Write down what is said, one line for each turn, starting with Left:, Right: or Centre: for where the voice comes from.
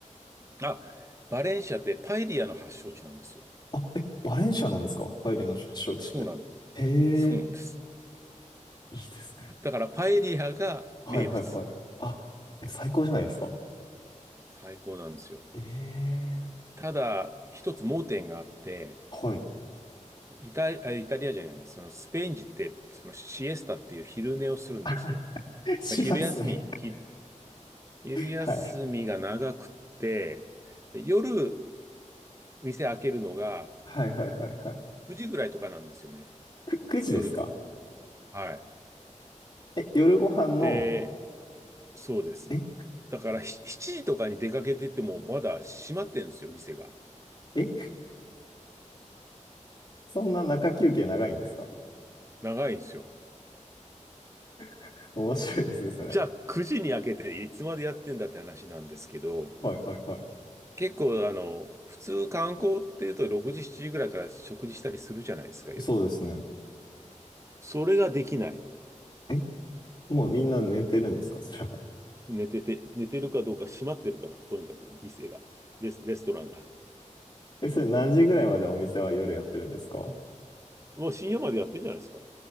Right: あ、バレンシアってパエリアの発祥地なんですよ。
Left: あ、え、バレンシアなんですかパエリアの発祥地って。
Right: そうなん、
Left: へえ、
Right: そうなんです。
Left: いいですね。
Right: だからパエリアが名物。
Left: はいはいはい。あ、え、最高じゃないですか。
Right: 最高なんですよ。
Left: ええ、
Right: ただ、一つ盲点があって、
Left: はい。
Right: イタ、あイタリアじゃない、そのスペイン人って、そのシエスタっていう昼寝をするんですよ。
Left: <laughs> しますね。
Right: まあ昼休み、ひ昼休みが長くって、
Left: はい。
Right: で夜、店開けるのが
Left: はいはいはいはい。
Right: 9時ぐらいとかなんですよね。
Left: く、9時ですか
Right: 夜の。はい。
Left: え、夜ご飯の、
Right: で、そうです。
Left: え、
Right: だからひ7時とかに出かけてってもまだ閉まってんですよ、店が。
Left: え、そんな中休憩長いんですか
Right: 長いんですよ。
Left: <laughs> 面白いですね、それ。
Right: じゃあ9時に開けていつまでやってんだって話なんですけど、
Left: はいはいはい。
Right: 結構あの、普通観光っていうと6時、7時ぐらいから食事したりするじゃないですか、夜。
Left: そうですね。
Right: それができない。
Left: え、もうみんな寝てるんですか <laughs> それは。
Right: 寝てて、寝てるかどうか閉まってるから、とにかく店が、レス、レストランが。
Left: え、それ何時ぐらいまでお店は夜やってるんですか
Right: もう深夜までやってんじゃないですか